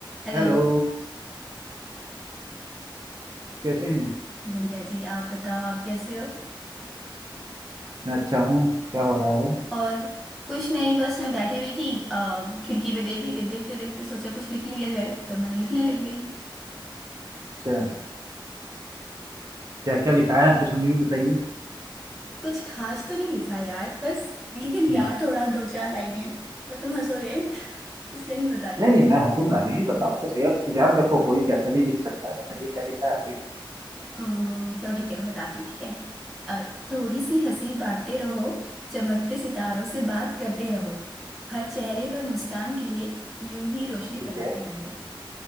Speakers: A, in the centre; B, on the right.
A: Hello
B: Hello कैसे हैं
A: बढ़िया जी आप बताओ आप कैसे हो
B: मैं अच्छा हूँ क्या हो रहा है
A: और कुछ नहीं बस मैं बैठी हुई थी अ, खिड़की पे देख रही थी देखते देखते सोचा कुछ लिख लिया जाए तो मैंने लिखने लग गई
B: अच्छा क्या क्या लिखा है कुछ हमें भी बताइए
A: कुछ खास तो नहीं लिखा यार बस लिख लिया
B: हम्म,
A: थोड़ा दो चार लाइनें पर तुम हंसोगे <laughs> इसलिए नहीं बता रही
B: नहीं नहीं मैं हंसूंगा नहीं बताओ तो सही अब यार देखो कोई कैसा भी लिख सकता है बताइए क्या लिखा है आपने तो
A: अम्म, चलो ठीक है मैं बताती हूँ ठीक है अ, थोड़ी सी हंसी बांटते रहो चमकते सितारों से बात करते रहो हर चेहरे पर मुस्कान के लिए यूं ही रोशनी
B: ठीक
A: फैलाते
B: है
A: रहो